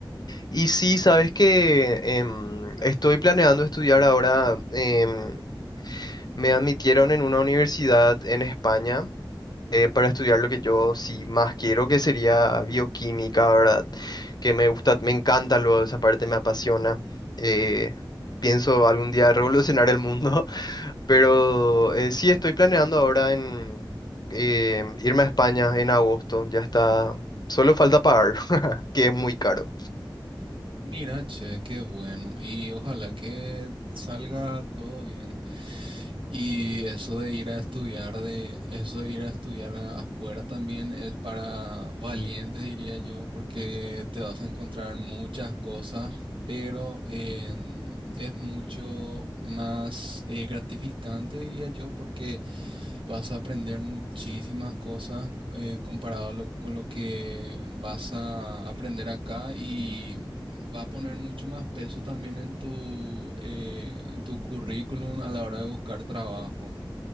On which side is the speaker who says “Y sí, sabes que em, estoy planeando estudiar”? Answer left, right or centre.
Left